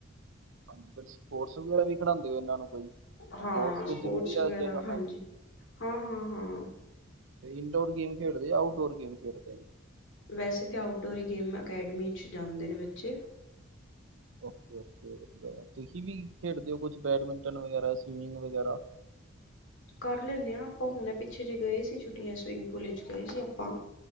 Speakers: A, on the right (about 65°); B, on the left (about 65°).
A: ਹਾਂਜੀ, ਫਿਰ ਸਪੋਰਟਸ ਵਗੈਰਾ ਵੀ ਖਡਾਂਦੇ ਓ ਇਨਾਂ ਨੂੰ ਕੋਈ।
B: ਹਾਂ,
A: ਤਾਂ
B: ਸਪੋਰਟਸ
A: ਜ਼ਰੂਰੀ ਆ
B: ਵਗੈਰਾ
A: ਅੱਜ ਦੇ ਸਮੇਂ
B: ਹਾਂਜੀ ਹਾਂ-ਹਾਂ-ਹਾਂ।
A: ਇਨਡੋਰ ਗੇਮ ਖੇਡਦੇ, ਆਊਟਡੋਰ ਗੇਮ ਖੇਡਦੇ ਨੇ।
B: ਵੈਸੇ ਤਾਂ ਆਊਟਡੋਰ ਈ ਗੇਮ ਅਕੈਡਮੀ ਚ ਜਾਂਦੇ ਨੇ ਬੱਚੇ।
A: ਓਕੇ-ਓਕੇ ਵਦੀਆ ਆ, ਤੁਸੀਂ ਵੀ ਖੇਡਦੇ ਓ ਕੁਛ ਬੈਡਮਿੰਟਨ ਵਗੈਰਾ, ਸਵੀਮਿੰਗ ਵਗੈਰਾ।
B: ਕਰ ਲੈਨੇ ਆ ਆਪਾਂ ਹੁਣ ਪਿੱਛੇ ਜੇ ਗਏ ਸੀ ਛੁੱਟੀਆਂ ਚ ਸਵੀਮਿੰਗ ਪੂਲ ਚ ਗਏ ਸੀ ਆਪਾਂ।